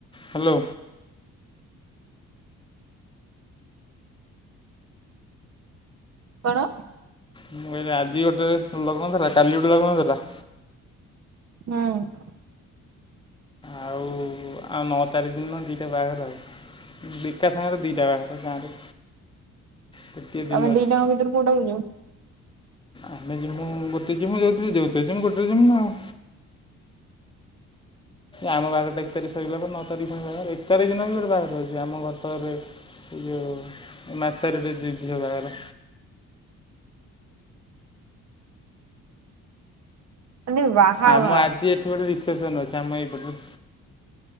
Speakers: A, on the left; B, on the right.
A: ହାଲୋ।
B: କଣ?
A: ମୁଁ କହିଲି ଆଜି ଗୋଟେ ଲଗନ ଥିଲା କାଲି ଗୋଟେ ଲଗନ ଥିଲା।
B: ହୁଁ।
A: ଆଉ ଆଉ ନଅ ତାରିଖ ଦିନ ଦୁଇଟା ବାହାଘର ଆଉ ବିକା ସାଙ୍ଗରେ ଦୁଇଟା ପାଖରେ ଗାଁରେ।
B: <inaudible>
A: ତୃତୀୟ ଦିନରେ।
B: ତମେ ଦି ଜଣଙ୍କ ଭିତରୁ କୋଉଟାକୁ ଯିବ
A: ଆମେ ଜିମୁ ଗୋଟେ ଜିମୁ ଯଉଥି ଯ ଯେଉଥିରେ ଜିମୁ ଗୋଟେ ଜିମୁ ନା ଆଉ ଆମ ବାହାର ଟା ଏକ ତାରିଖ ସରିଲା ପରେ ନଅ ତାରିଖ ଖ ବାର ଏକ ତାରିଖ ଦିନ ବି ଗୋଟେ ବାହାଘର ଅଛି ଆମ ଘର ପାଖରେ ଏ ଯେଉଁ ମାସାରେିକ ଯିଝିଅ ବାଘର
B: ମାନେ ବାହାଘର
A: ଆମ ଆଜି ଏଠି ଗୋଟେ ରିସେପସନ ଅଛି ଆମ ଏଇପଟ